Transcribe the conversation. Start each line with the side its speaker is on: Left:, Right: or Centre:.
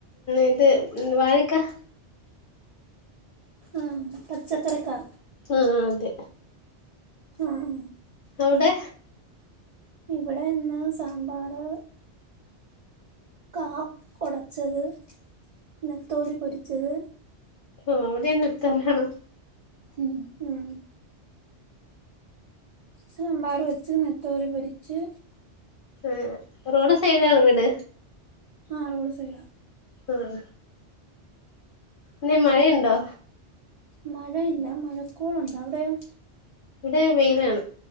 Left: ഇത് വാഴക്ക
Right: ആഹ പച്ചക്കറിക്കാ
Left: ആഹ് അതെ
Right: ആഹ്
Left: അവിടെ
Right: ഇവിടെ ഇന്ന് സാമ്പാറ് കാ ഒടച്ചത് നെത്തോലി പൊരിച്ചത്
Left: അവിടെ ത്തലാണോ
Right: ഉം ഉം സാമ്പാറ് വെച്ച് നത്തോലി പൊരിച്ച്
Left: ഏഹ് റോഡ് സൈഡാണോ വീട്
Right: ആഹ റോഡ് സൈഡാ
Left: ആഹ എങ്ങനെയാ മഴയുണ്ടോ
Right: മഴയില്ല മഴക്കോളുണ്ട് അവിടെയോ
Left: ഇവിടെ വെയിലാണ്